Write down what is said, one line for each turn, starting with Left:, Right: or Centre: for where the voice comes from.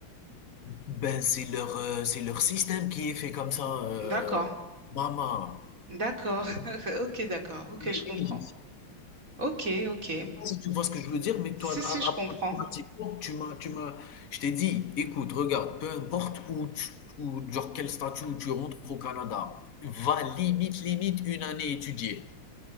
Left: ben c'est leur euh, c'est leur système qui est fait comme ça, euh,
Right: D'accord.
Left: maman.
Right: D'accord. <laughs> Ok, d'accord. Ok,
Left: Mais
Right: je comprends.
Left: oui,
Right: Ok, ok.
Left: Je sais pas si tu vois ce que je veux dire, mais
Right: Si,
Left: toi,
Right: si,
Left: a-
Right: je comprends.
Left: approximativement, tu m'as, tu m'as, je t'ai dit, écoute, regarde, peu importe où tu, où- genre quel statut où tu rentres au Canada, va limite, limite une année étudier.